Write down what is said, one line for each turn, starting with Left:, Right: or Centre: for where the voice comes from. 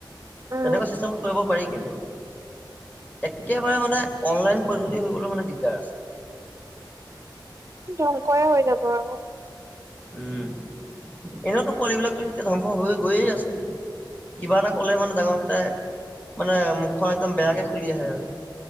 Right: উম
Left: তেনেকুৱা চিষ্টেমট কৰিব পাৰি কিন্তু একেবাৰে মানে অনলাইন পদ্ধতি হৈ গলে মানে দিগদাৰ আছে।
Right: ধ্বংসয়ে হৈ যাব আৰু
Left: উম, এনেওতো পোৱালী বিলাকতো এতিয়া ধ্বংস হৈ গৈয়ে আছে। কিবা এটা কলে মানে ডাঙৰকেইটাই মানে মুখখন একদম বেয়াকে খুলি আহে আৰু।